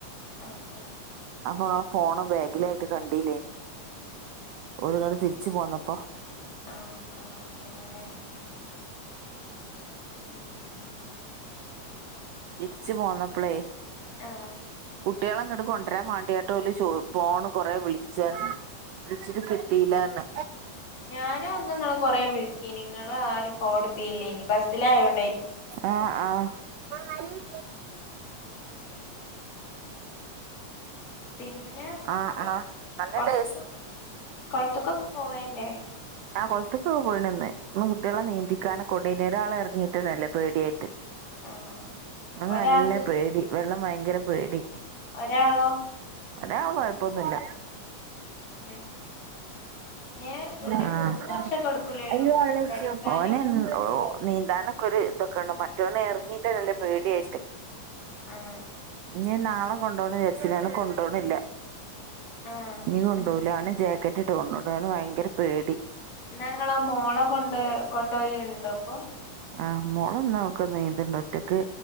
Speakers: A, on the left; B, on the right.
A: ആഹ് ആഹ്
B: അപ്പൊ ആ ഫോൺ ബാഗിലായിട്ട് കണ്ടില്ലേനി ഓല് ഇങ്ങട്ട് തിരിച്ചു പോന്നപ്പോ
A: ആഹ് ആഹ് അങ്ങനെല്ലേ ഉം
B: തിരിച്ചു പോന്നപ്പളേയ്
A: ആഹ്
B: കുട്ട്യാളെ ഇങ്ങോട്ട് കൊണ്ടുവരാൻ വണ്ടിട്ട് ചോ ഫോണ് കൊറെേ വിളിച്ച്റഞ്ഞ് വിളിച്ചിട്ട് കിട്ടില്ലെന്ന്
A: ഞാനും അന്ന് നിങ്ങളെ കൊറേ വിളിച്ചി നിങ്ങള് ആരും ഫോൺ ഇടത്തില്ലേനിം ബസ്സിലായോണ്ട
B: ആഹ് ആഹ്
A: പിന്നെ
B: ആ
A: കൊ
B: ആ നല്ല
A: കൊളത്ത്
B: ടേസ്റ്റ്
A: കൊളത്തക്കൊക്കെ പോവല്ലേ
B: ആഹ് കൊളത്തക്കൊക്കെ പോയിനിം ഇന്ന് കുട്ടികളെ നീന്തിക്കാനെ കൊണ്ട് ഒരാൾ ഇറങ്ങിയിട്ട്ന്നേയില്ല പേടിയായിട്ട്
A: ആഹ്
B: ഓൻ
A: ഒരാൾക്ക്
B: നല്ല പേടി വെള്ളം ഭയങ്കര പേടി
A: ഒരാളോ
B: ഒരാള് കൊഴപ്പൊന്നുംല്ല
A: ഉം ന് ഒരു
B: ആഹ്
A: മൂന്ന്
B: <unintelligible>
A: വർഷൊക്കെ എടുക്കൂലേലും പഠിക്കാന്
B: ഓന് ഉം ഓ നീന്താനൊക്കെ ഒര് തൊക്കെണ്ട് മറ്റോനെ എറങ്ങീട്ടെന്നെല്ല പേടിയിട്ട്
A: ഉം
B: ഇനി നാളെ കൊണ്ടോണം ജാരിച്ച് നി അന്ന് കൊണ്ടോണില്ല
A: ആഹ്
B: ഇനി കൊ ടൂലാന്ന് ജാക്കറ്റ്ട്ട് കൊണ്ടോണം വൻ ഭയങ്കര പേടി
A: ന്നാ ഇങ്ങളെ മോളെ കൊണ്ട് കൊണ്ടോയേണ്ടോ ഇപ്പൊ
B: ആ മോള്ന്ന് നൊക്ക് നീന്ത്ണ്ട് ഒറ്റക്ക്